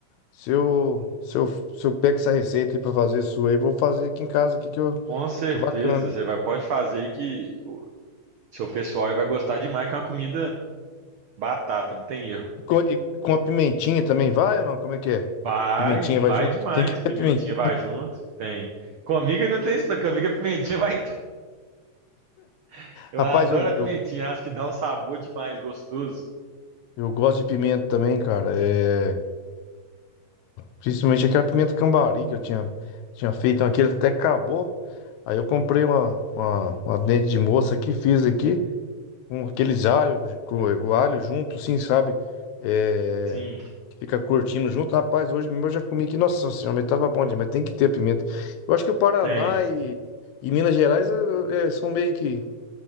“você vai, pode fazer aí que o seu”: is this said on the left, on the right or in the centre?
Right